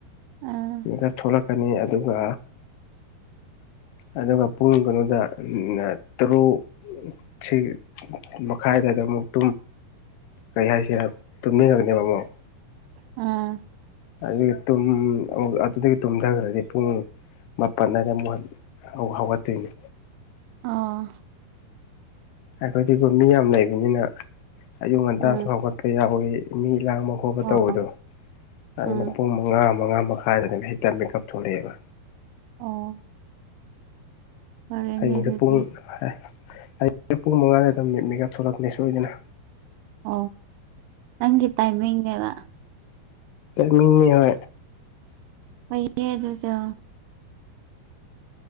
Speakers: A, on the right; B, on the left.
A: ꯎꯝ
B: ꯃꯤꯗ ꯊꯣꯛꯣꯂꯛꯀꯅꯤ ꯑꯗꯨꯒ ꯑꯗꯨꯒ ꯄꯨꯡ ꯀꯩꯅꯣꯗ ꯇꯔꯨꯛ ꯁꯤ ꯃꯈꯥꯏꯗꯗ ꯑꯃꯨꯛ ꯀꯔꯤ ꯍꯥꯏꯁꯤꯦ ꯇꯨꯝꯃꯤꯔꯒꯅꯦꯕ ꯑꯃꯨꯛ
A: ꯎꯝ
B: ꯑꯗꯨꯗꯒꯤ ꯇ ꯑꯗꯨꯗꯒꯤ ꯇ ꯍꯟꯊꯈ꯭ꯔꯗꯤ ꯄꯨꯡ ꯃꯥꯄꯜ ꯑꯏꯗ ꯑꯃꯨꯛ ꯍ ꯍꯧꯒꯠꯇꯣꯏꯅꯤ
A: ꯑꯥ
B: ꯑꯩꯈꯣꯏꯗꯤꯀ ꯃꯤ ꯌꯥꯝ ꯂꯩꯕꯅꯤꯅ ꯑꯌꯨꯛ ꯉꯟꯇꯥꯁꯨ
A: ꯎꯝ
B: ꯍꯧꯒꯠꯄ ꯌꯥꯎꯋꯤ ꯃꯤ ꯂꯥꯡꯕ ꯈꯣꯠꯄ
A: ꯑꯣ
B: ꯇꯧꯕꯗꯣ ꯑꯗꯨꯅ
A: ꯎꯝ
B: ꯄꯨꯡ ꯃꯉꯥ ꯃꯉꯥ ꯃꯈꯥꯏꯗꯅꯦ ꯍꯦꯛꯇ ꯃꯦꯀꯞ ꯊꯣꯛꯂꯛꯑꯦꯕ
A: ꯑꯣ ꯐꯔꯦꯅꯦ
B: ꯍꯌꯦꯡꯁꯦ
A: ꯑꯗꯨꯗꯤ
B: ꯄꯨꯡ ꯍꯥꯏ ꯍꯌꯦꯡꯁꯦ ꯄꯨꯡ ꯃꯉꯥꯗ ꯑꯗꯨꯝ ꯃꯤꯠ ꯃꯦꯒꯑꯞ ꯊꯣꯛꯂꯛꯄꯅꯦ ꯁꯣꯏꯗꯅ
A: ꯑꯣ ꯅꯪꯒꯤ ꯇꯥꯏꯃꯤꯡꯅꯦꯕ
B: ꯃꯤꯅꯤ ꯍ
A: ꯍꯩꯌꯦ ꯑꯗꯨꯁꯨ